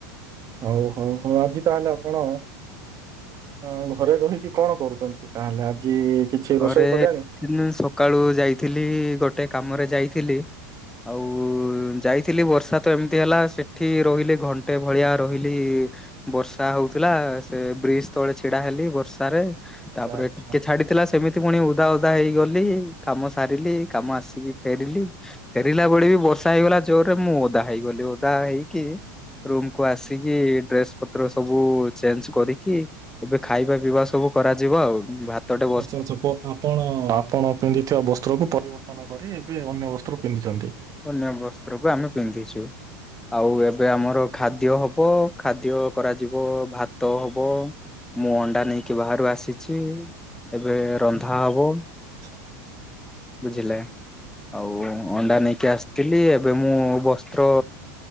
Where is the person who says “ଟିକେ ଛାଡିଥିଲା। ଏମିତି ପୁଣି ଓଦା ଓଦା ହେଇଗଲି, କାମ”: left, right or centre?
Centre